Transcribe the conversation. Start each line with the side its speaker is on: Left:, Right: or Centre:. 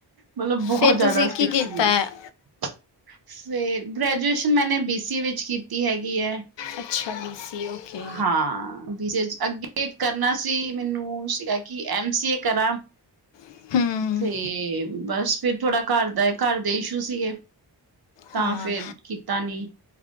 Right: ਮਤਲਬ ਬਹੁਤ
Left: ਫਿਰ ਤੁਸੀਂ
Right: ਜਿਆਦਾ ਸਟਿਕ
Left: ਕੀ
Right: ਸੀਗੀਆਂ,
Left: ਕੀਤਾ ਹੈ?
Right: ਫੇਰ ਗ੍ਰੈਜੂਏਸ਼ਨ ਮੈਨੇ ਬੀ ਸੀ ਏ ਵਿੱਚ ਕੀਤੀ ਹੈਗੀ ਹੈ
Left: ਅੱਛਾ ਬੀ ਸੀ ਓਕੇ
Right: ਹਾਂ ਬ ਅੱਗੇ ਕਰਨਾ ਸੀ ਮੈਨੂੰ ਸੀਗਾ ਕਿ ਐਮ ਸੀ ਏ ਕਰਾਂ,
Left: ਹੂੰ,
Right: ਤੇ ਬਸ ਫਿਰ ਥੋੜਾ ਘਰ ਦਾ ਘਰ ਦੇ ਇਸ਼ੂ ਸੀਗੇ, ਤਾਂ
Left: ਹਾਂ।
Right: ਫੇਿਰ ਕੀਤਾ ਨੀ